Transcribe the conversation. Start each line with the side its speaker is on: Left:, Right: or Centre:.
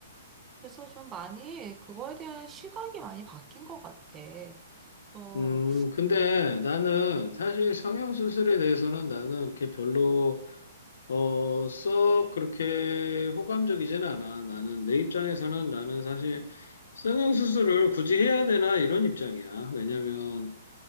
Right: 그래서 좀 많이 그거에 대한 시각이 많이 바뀐 것 같아. 그래서
Left: 음, 근데 나는 사실 성형수술에 대해서는 나는 이렇게 별로 어, 썩 그렇게 호감적이지는 않아. 나는 내 입장에서는 나는 사실 성형수술을 굳이 해야 되나 이런 입장이야. 왜냐면